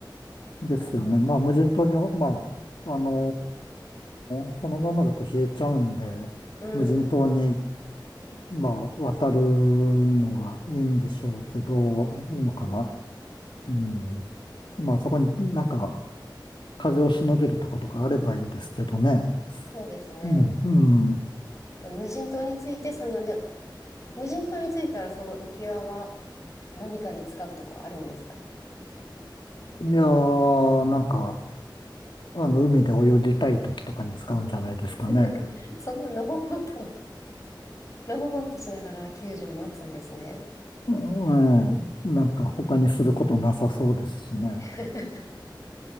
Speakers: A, on the left; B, on the left.
A: ですよね。
B: あの、
A: まあ、無人島に、まあ、あのーそのままだと冷えちゃうんで、
B: うん、
A: 無人島に、
B: うん、
A: まあ、渡るのがいいんでしょうけど、
B: うん、
A: いいのかな。
B: うん
A: うん。まあ、そこになんか、風をしのげるとことかあればいいですけどね。
B: そうですね。
A: うん、うん。
B: で、無人島について、その、で、無人島についたらその浮き輪は何かに使うとかあるんですか
A: いやー、なんか、あの、海で泳ぎたい時とかに使うんじゃないですかね。
B: なんか、そんなのほほんと、のほほんとしながら救助を待つんですね。
A: うん、うんなんか他にすることなさそうですしね。
B: <laughs>